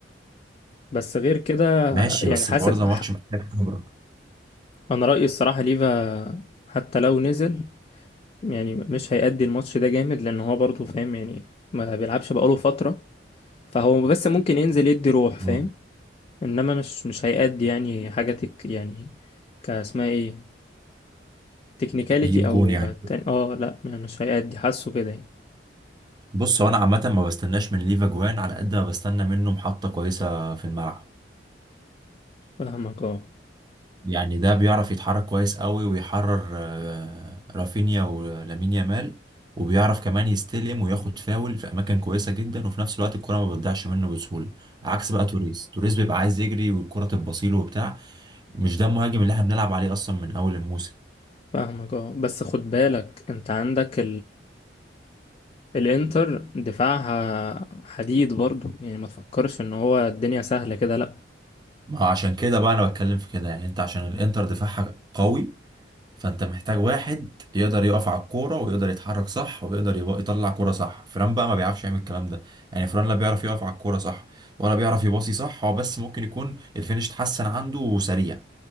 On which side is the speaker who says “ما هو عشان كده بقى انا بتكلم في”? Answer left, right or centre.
Right